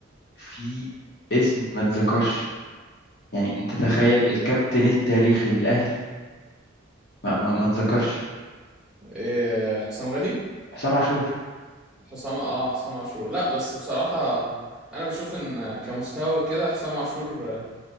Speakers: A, on the left; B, in the centre.
A: في اسم ما اتذكرش يعني انت تخيل الكابتن التاريخي للاهلي ما ما ما اتذكرش
B: إيه حسام غالي
A: حسام عاشور
B: حسام اه حسام عاشور لا بس بصراحة انا بشوف ان كمستوى وكده حسام عاشور آه،